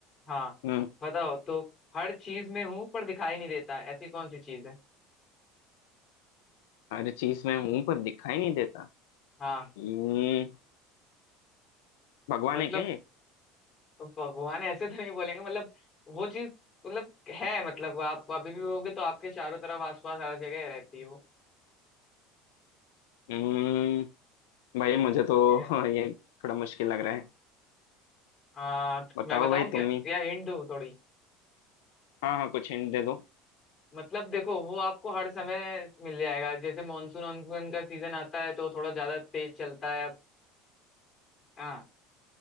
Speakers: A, on the left (about 35°); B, on the left (about 85°).
A: हाँ
B: हम्म
A: बताओ तो हर चीज में हूँ पर दिखाई नहीं देता ऐसी कौन सी चीज है
B: हर चीज में हूं पर दिखाई नहीं देता
A: हाँ
B: हम्म भगवान
A: मतलब
B: है क्या ये
A: भगवान ऐसे तो नहीं बोलेंगे मतलब वो चीज मतलब है मतलब आप अभी भी होगे तो आपके चारों तरफ आसपास हर जगह रहती है वो
B: हम्म भाई मुझे तो
A: Yeah.
B: <laughs> हाँ, ये थोड़ा मुश्किल लग रहा है
A: हाँ तो
B: बताओ
A: मैं बताऊँ
B: भाई
A: क्या
B: तुम ही
A: या हिंट दूँ थोड़ी
B: हाँ हाँ कुछ हिंट दे दो
A: मतलब देखो वो आपको हर समय मिल जाएगा जैसे मानसून वानसून का सीजन आता है तो थोड़ा ज्यादा तेज चलता है अब हाँ